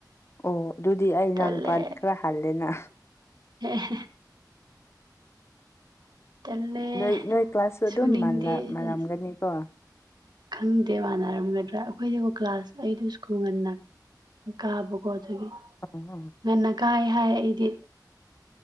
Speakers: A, on the left (about 35°); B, on the right (about 75°).
A: ꯑꯣ ꯑꯗꯨꯗꯤ ꯑꯩ ꯏꯅꯥꯎꯅꯨꯄꯥꯅ
B: ꯇꯜꯂꯦ
A: ꯈꯔ ꯍꯜꯂꯦꯅ
B: <unintelligible> ꯇꯜꯂꯦ
A: ꯅꯣꯏ ꯅꯣꯏ ꯀ꯭ꯂꯥꯁꯁꯨ ꯑꯗꯨꯝ
B: ꯁꯨꯅꯤꯡꯗꯦ
A: ꯃꯥꯜꯂꯝ ꯃꯥꯜꯂꯝꯒꯅꯤꯀꯣ
B: ꯑꯁ ꯈꯪꯗꯦ ꯃꯥꯟꯅꯔꯝꯒꯗ꯭ꯔꯥ ꯑꯩꯈꯣꯏꯁꯤꯕꯨ ꯀ꯭ꯂꯥꯁ ꯑꯩꯗꯨ ꯁ꯭ꯀꯨꯜ ꯉꯟꯅ ꯀꯥꯕꯀꯣ ꯑꯗꯨꯒꯤ
A: <unintelligible>
B: ꯉꯟꯅ ꯀꯥꯏ ꯍꯥꯏ ꯑꯩꯗꯤ